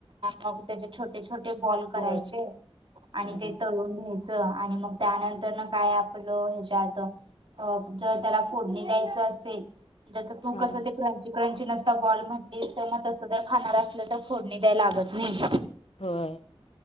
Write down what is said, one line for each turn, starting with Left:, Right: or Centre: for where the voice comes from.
Right: मग त्याच्या छोट ते छोटे बॉल
Left: गोळ
Right: करायचे. आणि
Left: हा
Right: ते तळून घ्यायचं आणि मग त्यानंतर न काय आपलं ह्याच्यात. अ जर त्याला फोडणे द्यायचं असेल त्याच्यातून
Left: हा
Right: कसं ते कर. क्रंची नसता बॉल म्हणतेस तर मग तसं जर खाणार असलं तर फोडणी द्यायला लागत नाही.
Left: होय.